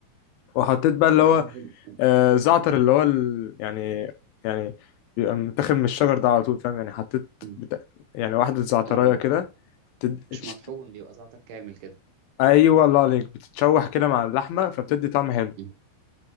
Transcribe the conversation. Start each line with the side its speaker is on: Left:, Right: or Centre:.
Left: وحطيت بقى اللي
Right: انت
Left: هو
Right: عارف ال-
Left: آه زعتر اللي هو ال... يعني يعني بيبقى متاخد من الشجر ده على طول فاهم يعني حطيت
Right: مم.
Left: بتا... يعني واحدة زعتراية
Right: ايوه
Left: كده تد...
Right: مش
Left: تشت...
Right: مطحون بيبقى زعتر كامل كده
Left: أيوة الله عليك بتتشوح كده مع اللحمة فبتدي طعم حلو
Right: مم.